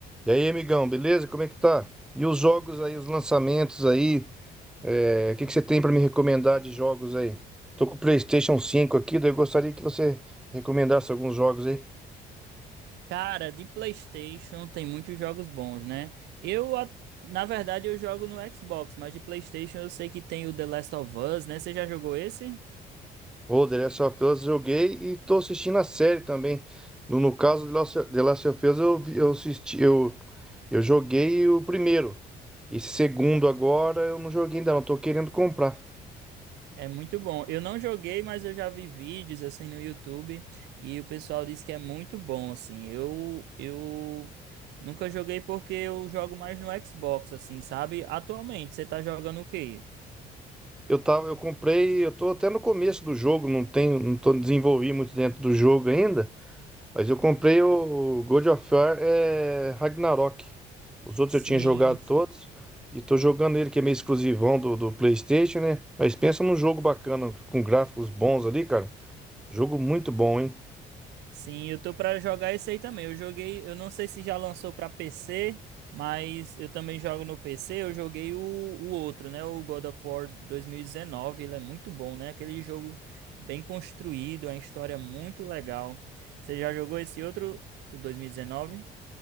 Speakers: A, in the centre; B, on the right (about 85°).
A: E aí, amigão, beleza? Como é que tá? E os jogos aí, os lançamentos aí, é, o que que você tem pra me recomendar de jogos aí? Tô com o PlayStation cinco aqui, daí eu gostaria que você recomendasse alguns jogos aí.
B: Cara, de PlayStation tem muitos jogos bons, né? Eu, a- na verdade, eu jogo no Xbox, mas de PlayStation eu sei que tem o The Last of Us, né? Você já jogou esse?
A: Ô, The Last of Us joguei e tô assistindo a série também. No, no caso de Last The Last of Us, eu, vi- eu assisti, eu, eu joguei o primeiro. Esse segundo agora eu não joguei ainda, não, tô querendo comprar.
B: É muito bom. Eu não joguei, mas eu já vi vídeos assim no YouTube e o pessoal disse que é muito bom, assim. Eu, eu nunca joguei porque eu jogo mais no Xbox, assim, sabe? Atualmente, você tá jogando o quê?
A: Eu tava, eu comprei, eu tô até no começo do jogo, não tenho, não tô desenvolvi muito dentro do jogo ainda. Mas eu comprei o God of War é, Ragnarok. Os outros
B: Sim,
A: eu tinha jogado
B: sim.
A: todos. E tô jogando ele, que é meio exclusivão do, do PlayStation, né? Mas pensa num jogo bacana, com gráficos bons ali, cara. Jogo muito bom, hein?
B: Sim, eu tô pra jogar esse aí também. Eu joguei, eu não sei se já lançou pra PC, mas eu também jogo no PC. Eu joguei o, o outro, né? O God of War 2019. Ele é muito bom, né? Aquele jogo bem construído, a história é muito legal. Você já jogou esse outro, o 2019?